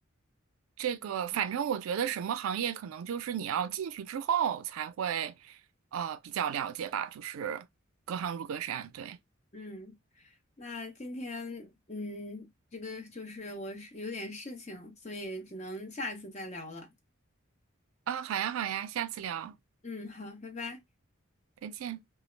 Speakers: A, on the right; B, on the left.
A: 这个反正我觉得什么行业可能就是你要进去之后才会，呃，比较了解吧，就是隔行如隔山，对
B: <laughs> 嗯。那今天，嗯，这个就是我是有点事情，所以只能下一次再聊了。
A: 啊，好呀好呀，下次聊，
B: 嗯，好，拜拜。
A: 再见。